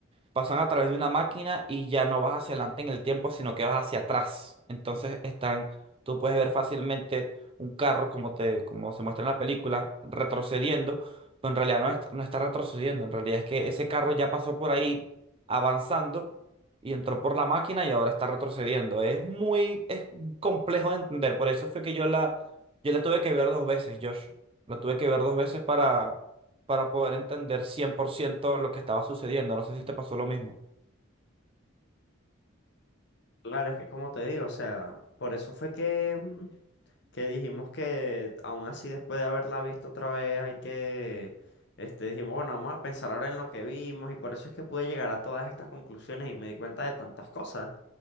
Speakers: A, on the right; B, on the left.
A: pasan a través de una máquina y ya no vas hacia adelante en el tiempo, sino que vas hacia atrás. Entonces están, tú puedes ver fácilmente un carro, como te, como se muestra en la película, retrocediendo, pero en realidad no est- no está retrocediendo, en realidad es que ese carro ya pasó por ahí avanzando y entró por la máquina y ahora está retrocediendo. Es muy, es complejo de entender, por eso fue que yo la, yo la tuve que ver dos veces, Josh. La tuve que ver dos veces para poder entender 100% lo que estaba sucediendo. No sé si te pasó lo mismo.
B: Claro, es que como te digo, o sea, por eso fue que... mm, que dijimos que aún así después de haberla visto otra vez hay que, este, dijimos, bueno, vamos a pensar ahora en lo que vimos y por eso es que pude llegar a todas estas conclusiones y me di cuenta de tantas cosas,